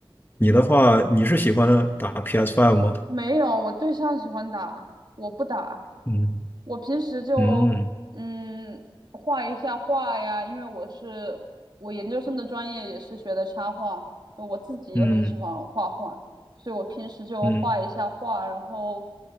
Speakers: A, on the left; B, on the right.
A: 你的话，你是喜欢打 PS5 吗？
B: 没有，我对象喜欢打，我不打。
A: 嗯
B: 我平时就嗯画一下画呀，
A: 嗯
B: 因为我是我研究生的专业也是学的插画，我自己也很喜欢画画，
A: 嗯
B: 所以我平时就画一下画，
A: 嗯
B: 然后